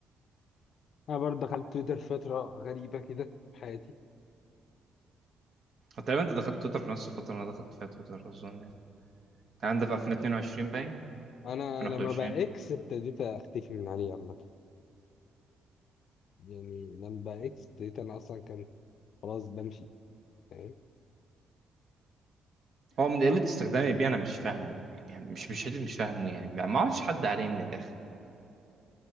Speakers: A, on the left; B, on the right.
A: انا برضه دخلت تويتر فترة غريبة كده في حياتي
B: هو تقريبا انت دخلت تويتر في نفس الفتره اللي انا دخلت فيها تويتر اظن يعني انت عندك في 2022 باين 2021
A: انا لما بقى اكس ابتديت اختفي من عليه عامه يعني لما بقى اكس ابتديت انا اصلا كان خلاص بمشي فاهم
B: هو من قله استخدامي بيه انا مش فاهمه يعني مش مش حته مش فاهمه يعني ما اعرفش حد عليه من الاخر